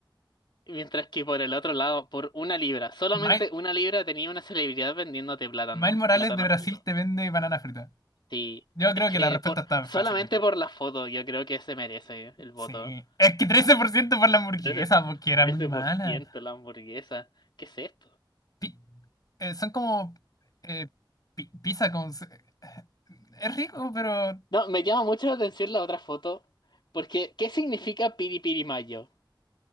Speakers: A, on the left (about 65°); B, on the left (about 50°).
A: Mientras que por el otro lado, por una libra, solamente
B: Miles,
A: una libra tenía una celebridad vendiéndote plátano,
B: Miles Morales
A: plátano
B: de Brasil
A: frito.
B: te vende banana frita.
A: Sí,
B: Yo creo
A: es que
B: que la respuesta
A: por,
B: está
A: solamente
B: fácil ahí.
A: por la foto yo creo que se merece el voto.
B: Sí. Es que 13% por ciento por la hamburguesa,
A: 13,
B: porque era
A: 13%
B: muy mala.
A: la hamburguesa. ¿Qué es esto?
B: Pi- eh, son como eh, pi- pizza con... eh, Es rico, pero...
A: No, me llama mucho la atención la otra foto. Porque, ¿qué significa piri piri mayo?